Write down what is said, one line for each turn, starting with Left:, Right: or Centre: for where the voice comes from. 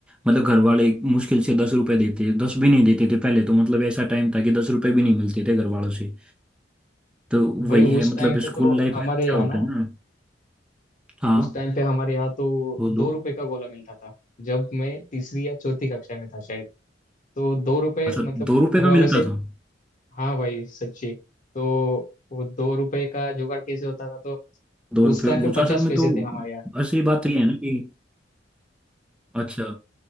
Centre: मतलब घर वाले मुश्किल से दस रुपए देते दस भी नहीं देते थे पहले तो मतलब ऐसा टाइम था कि दस रुपए भी नहीं मिलते थे घर वालों से तो
Left: भाई
Centre: वही है
Left: उस
Centre: मतलब
Left: टाइम पे तो
Centre: स्कूल लाइफ
Left: हमारे
Centre: में तो क्या
Left: यहाँ
Centre: होता
Left: ना
Centre: है ना हाँ
Left: उस टाइम पे हमारे यहाँ तो
Centre: वो
Left: दो
Centre: दो
Left: रुपए का गोला मिलता था जब मैं तीसरी या चौथी कक्षा में था शायद तो दो रुपए
Centre: अच्छा
Left: मतलब
Centre: दो रुपए
Left: घर
Centre: का
Left: वालों
Centre: मिलता
Left: से
Centre: था
Left: हाँ भाई सच्ची तो वो दो रुपए का जुगाड़ कैसे होता था तो
Centre: दो रुपए
Left: उस टाइम पे
Centre: वो तो
Left: पचास
Centre: असल में
Left: पैसे
Centre: तो
Left: थे हमारे यहाँ
Centre: असली बात तो ये है ना कि अच्छा